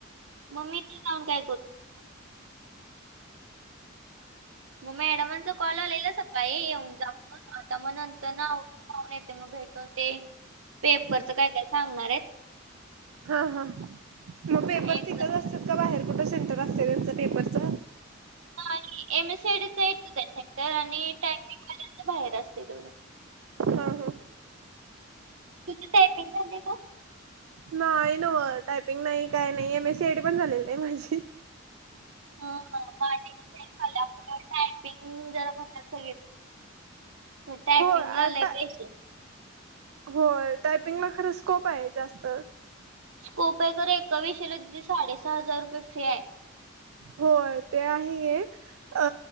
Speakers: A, on the right; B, on the right.
A: मग मी एकटी जाऊन काय करू? तिथं? मग मॅडमांचा कॉल आलेला सकाळी येऊन जा म्हणून. आता मग नंतर, आवरुन जाऊन येते मग भेटून ते. पेपरचं
B: जाऊया.
A: काय काय सांगणार आहेत.
B: हा. हा. मग पेपर
A: मी एक्झाम
B: तिथंच असता <unintelligible> बाहेर कुठं सेंटर असते त्यांच पेपरच.
A: नाही M S C I T च एक आहे सेक्टर आणि टायपिंग वाल्याच बाहेर असते तेवढं.
B: हा हा
A: तुझी टायपिंग झाले का?
B: नाही नवं टायपिंग नाही काही नाही, M S C I T पण झालेली नाही माझी.
A: ह. तिला सगळ टायपिंग जरा म्हण अस ह्या टायपिंगला
B: होय आ
A: लै
B: टा
A: पैसे.
B: होय टायपिंगला खरं स्कोप आहे जास्त.
A: स्कोप आहे खरं ए एका विषयाला तूझी साडेसहा हजार रुपये फी आहे.
B: होय ते आहे ये. अ